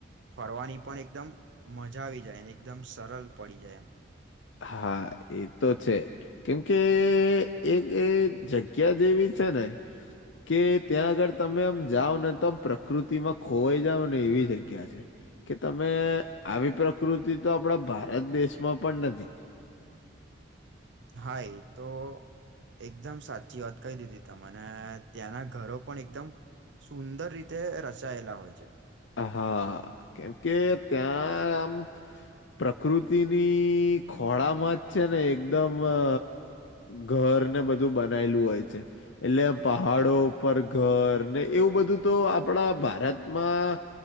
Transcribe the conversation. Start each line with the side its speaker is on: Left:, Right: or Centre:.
Right: ફરવાની પણ એકદમ મજા આવી જાય એકદમ સરળ પડી જાય.
Left: હા એ તો છે કેમકે એક જગ્યા જેવી છે ને. કે ત્યાં આગળ તમે આમ જાઓ ને તો આમ પ્રકૃતિમાં ખોવાઈ જાવને એવી જગ્યા છે. કે તમે આવી પ્રકૃતિ તો આપડા ભારત દેશમાં પણ નથી.
Right: હા એતો એકદમ સાચી વાત કહી દીધી તો મને ત્યાંના ઘરો પણ એકદમ સુંદર રીતે રચાયેલા હોય છે.
Left: હા કેમ કે ત્યાં આમ પ્રકૃતિની ખોળામાં જ છે ને એકદમ અ ઘર ને બધું બનાયલું હોય છે એટલે પહાડો ઉપર ઘરને એવું બધું તો અ પણા ભારતમાં